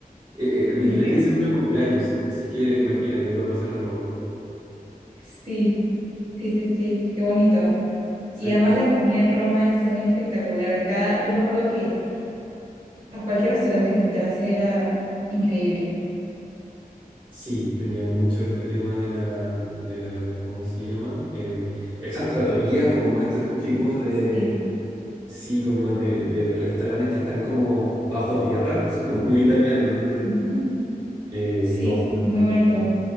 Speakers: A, on the right; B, on the right.
A: el 23
B: ¿el qué?
A: de diciembre es mi cumpleaños, así que imagínate, voy a pasar en Roma.
B: Sí, sí, sí, sí, qué bonito.
A: Soy
B: Y además la comida en Roma es también espectacular. En cada, yo me acuerdo que a cualquier restaurante que entrase era increíble.
A: Sí, tenía mucho este tema de la, de la, ¿cómo se llama? Em, esas tratorías o como estos tipos de,
B: Sí.
A: sí, como de, de restaurantes que están como bajo tierra, que son como <laughs> muy italianos, no sé.
B: Ujú.
A: Eh,
B: Sí,
A: no,
B: sí,
A: muy rico.
B: muy bonito.